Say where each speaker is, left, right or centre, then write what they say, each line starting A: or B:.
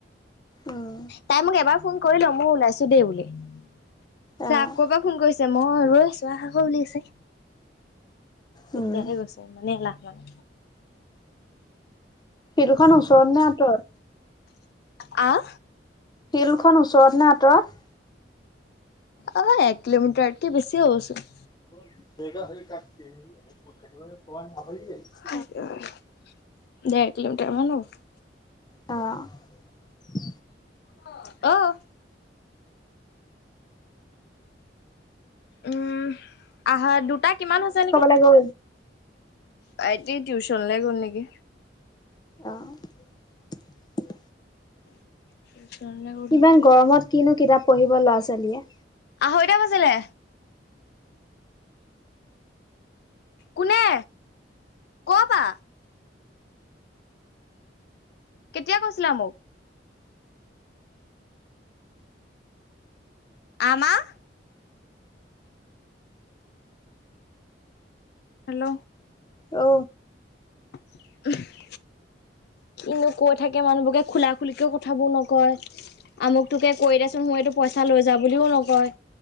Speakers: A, on the left; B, on the left.
A: উম।
B: তাই মোক এবাৰ ফোন কৰিলে, মই ওলাইছোঁ দেই, বুলি। <unintelligible>
A: অ',
B: আকৌ, এবাৰ ফোন কৰিছে। মই ৰৈ আছোঁ, আহাকৌ বুলি কৈছে।
A: উম।
B: তেতিয়াহে গৈছোঁ, ইমানে এলাহ মানে।
A: <unintelligible> ওচৰত নে আঁতৰ?
B: আঁ?
A: শিলখন ওচৰত নে আঁতৰত?
B: অ'! এক কিলোমিটাৰতকে, বেছি হ'বচোন।
A: <unintelligible>
B: ডেৰ কিলোমিটাৰ মান হ'ব।
A: অ'! <unintelligible>
B: <unintelligible> অ'! উম, আহা। দুটা কিমান হৈছে নেকি!
A: আইঐ!
B: ভাইটি টিউচনলে গ'ল নেকি!
A: অ'! <inaudible>
B: <unintelligible>
A: কিমান গৰমত, কিনো কিতাপ পঢ়িব, ল'ৰা- ছোৱালীয়ে।
B: আঢ়ৈটা বাজিলে। কোনে? ক'ৰ পৰা? কেতিয়া কৈছিলা মোক? আমাৰ? হেল্ল'?
A: ঔ!
B: <unintelligible> কিননো কৈ থাকে, মানুহবিলাকে, খোলা- খুলিকেও কথাবোৰ নকয়। আমোটোকে কৰি দেচোন? <unintelligible> এইটো পইচা লৈ যা বুলিও নকয়।